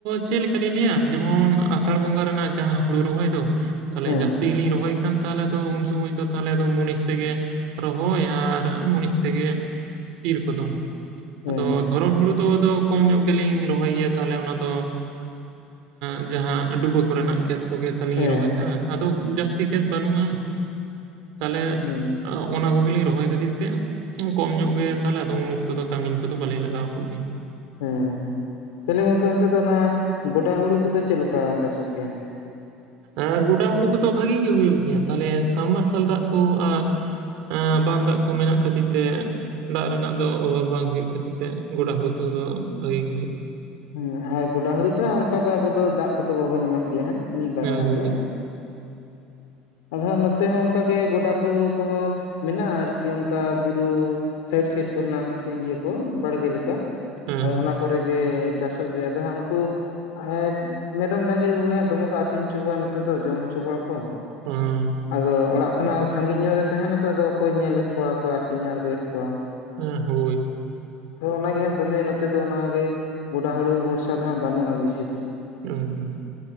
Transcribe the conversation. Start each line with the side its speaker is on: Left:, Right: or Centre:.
Right: ᱪᱮᱫ ᱞᱮᱠᱟᱞᱤᱧ ᱞᱟᱹᱭᱟ, ᱡᱮᱢᱚᱱ ᱟᱥᱟᱲ ᱵᱚᱸᱜᱟ ᱨᱮᱱᱟᱜ ᱡᱟᱦᱟᱸ ᱦᱩᱲᱩ ᱨᱚᱦᱚᱭ ᱫᱚ᱾ ᱛᱟᱦᱚᱞᱮ
Left: ᱦᱮᱸ
Right: ᱡᱟᱹᱥᱛᱤ ᱜᱮᱞᱤᱧ ᱨᱚᱦᱚᱭ ᱠᱷᱟᱱ ᱛᱟᱦᱚᱞᱮ ᱫᱚ ᱩᱱ ᱥᱚᱢᱚᱭ ᱫᱚ ᱛᱟᱦᱚᱞᱮ ᱫᱚ ᱢᱩᱱᱤᱥ ᱛᱮᱜᱮ᱾ ᱨᱚᱦᱚᱭ ᱟᱨ ᱢᱚᱱᱤᱥ ᱛᱮᱜᱮ ᱤᱨ ᱠᱚᱫᱚ᱾
Left: ᱦᱮᱸ
Right: ᱟᱫᱚ
Left: ᱦᱮᱸ
Right: ᱫᱷᱚᱨᱚᱱ ᱦᱩᱲᱩ ᱫᱚ ᱟᱫᱚ ᱠᱚᱢ ᱧᱚᱜ ᱜᱮᱞᱤᱧ᱾ ᱨᱚᱦᱚᱭ ᱤᱭᱟᱹ ᱛᱟᱦᱞᱮ ᱚᱱᱟ ᱫᱚ ᱮᱸᱻ ᱡᱟᱦᱟᱸ ᱰᱩᱵᱟᱹ ᱠᱚᱨᱮᱱᱟᱜ ᱠᱷᱮᱛ ᱠᱚ᱾ ᱠᱚᱜᱮ ᱛᱟᱞᱤᱧ
Left: ᱦᱮᱸ
Right: ᱨᱚᱦᱚᱭ ᱠᱟᱜᱼᱟ ᱟᱫᱚ ᱡᱟᱹᱥᱛᱤ ᱠᱷᱮᱛ ᱵᱟᱹᱱᱩᱜᱼᱟ᱾ ᱛᱟᱦᱚᱞᱮ
Left: ᱦᱮᱸ
Right: ᱚᱱᱟ ᱠᱚᱜᱮᱞᱤᱧ ᱨᱚᱦᱚᱭ ᱠᱷᱟᱹᱛᱤᱨ ᱛᱮ ᱠᱚᱢ ᱧᱚᱜ ᱜᱮᱭᱟ ᱛᱟᱦᱞᱮ ᱟᱫᱚ ᱩᱱ ᱚᱠᱛᱚ ᱫᱚ ᱠᱟᱹᱢᱤᱱ ᱠᱚᱫᱚ ᱵᱟᱞᱤᱧ ᱞᱟᱜᱟᱣ ᱠᱚᱜᱮᱭᱟ᱾
Left: ᱦᱮᱸ ᱛᱟᱦᱚᱞᱮ ᱜᱚᱝᱠᱮ ᱚᱱᱛᱮ ᱫᱚ ᱚᱱᱟ ᱜᱚᱰᱟ ᱦᱩᱲᱩ ᱠᱚᱫᱚ ᱪᱮᱜ ᱞᱮᱠᱟ ᱪᱟᱥᱚᱜ ᱜᱮᱭᱟ?
Right: ᱮ ᱜᱚᱰᱟ ᱦᱩᱲᱩ ᱠᱚᱫᱚ ᱵᱷᱟᱜᱤ ᱜᱮ ᱦᱩᱭᱩᱜ ᱜᱮᱭᱟ ᱛᱟᱦᱚᱞᱮ ᱥᱟᱢ ᱢᱟᱨᱥᱟᱞ ᱫᱟᱜ ᱠᱚ ᱟᱨ ᱮᱸ ᱵᱟᱱ ᱫᱟᱜ ᱠᱚ ᱢᱮᱱᱟᱜ ᱠᱷᱟᱹᱛᱤᱨ ᱛᱮ ᱫᱟᱜ ᱨᱮᱱᱟᱜ ᱫᱚ ᱚᱵᱷᱟᱵ ᱵᱟᱝ ᱦᱩᱭᱩᱜ ᱠᱷᱟᱹᱛᱤᱨ ᱛᱮ ᱜᱳᱰᱟ ᱦᱩᱲᱩ ᱠᱚᱫᱚ ᱵᱷᱟᱜᱤ ᱜᱮ ᱦᱩᱭᱩᱜᱼᱟ᱾
Left: ᱦᱩᱸ ᱟᱨ ᱜᱚᱰᱟ ᱦᱩᱲᱩ ᱛᱚ ᱚᱱᱠᱟ ᱫᱚ ᱟᱵᱚ ᱫᱚ ᱫᱟᱜ ᱠᱚᱫᱚ ᱵᱟᱵᱚᱱ ᱮᱢᱟᱜ ᱜᱮᱭᱟ ᱦᱮ ᱢᱤᱫ ᱵᱟᱨ
Right: ᱦᱮᱸ
Left: ᱫᱷᱟᱣ
Right: ᱦᱳᱭ
Left: ᱜᱮ <inaudible> ᱟᱫᱚ ᱦᱟᱸᱜ ᱱᱚᱛᱮ ᱦᱚᱸ ᱚᱝᱠᱟᱜᱮ ᱜᱚᱰᱟ ᱦᱩᱲᱩ ᱠᱚᱦᱚᱸ ᱢᱮᱱᱟᱜᱼᱟ ᱟᱨᱠᱤ ᱚᱱᱠᱟ ᱵᱩᱨᱩ ᱥᱟᱭᱤᱰ ᱥᱟᱭᱤᱰ ᱠᱚᱨᱮᱱᱟᱜ ᱤᱭᱟᱹ ᱠᱚ ᱵᱟᱲᱜᱮ ᱞᱮᱠᱟ
Right: ᱦᱮᱸ
Left: ᱚᱱᱟ ᱠᱚᱨᱮᱜᱮ ᱪᱟᱥ ᱜᱮᱭᱟ ᱟᱫᱚ ᱦᱟᱸᱜ ᱩᱱᱠᱩ ᱦᱮᱸ ᱢᱮᱨᱚᱢ ᱰᱟᱝᱨᱤ ᱠᱚᱜᱮ ᱦᱟᱸᱜ ᱫᱚᱢᱮ ᱠᱚ ᱟᱹᱛᱤᱧ ᱦᱚᱪᱚ ᱠᱚᱣᱟ ᱱᱚᱛᱮ ᱫᱚ ᱡᱚᱢ ᱦᱚᱪᱚ ᱠᱚᱣᱟ ᱠᱚ
Right: ᱦᱮᱸ
Left: ᱟᱫᱚ ᱚᱲᱟᱜ ᱠᱷᱚᱱᱟᱜ ᱥᱟᱺᱜᱤᱧ ᱧᱚᱜ ᱨᱮ ᱛᱟᱦᱮᱸᱱᱟ ᱛᱚ ᱟᱫᱚ ᱚᱠᱚᱭ ᱧᱮᱞᱮᱫ ᱠᱚᱣᱟ ᱚᱠᱚᱭ ᱟᱛᱤᱧᱮ ᱟᱬᱜᱚᱭᱮᱫ ᱠᱚᱣᱟ᱾
Right: <inaudible>
Left: ᱦᱚ ᱚᱱᱟᱜᱮ ᱦᱟᱸᱜ ᱫᱚᱢᱮ ᱱᱚᱛᱮ ᱫᱚ ᱚᱱᱟᱜᱮ ᱜᱚᱰᱟ ᱦᱩᱲᱩ ᱵᱷᱚᱨᱥᱟ ᱫᱚ ᱦᱟᱸᱜ ᱵᱟᱹᱱᱩᱜᱼᱟ ᱵᱤᱥᱤ ᱫᱚ᱾
Right: ᱩᱸᱻ᱾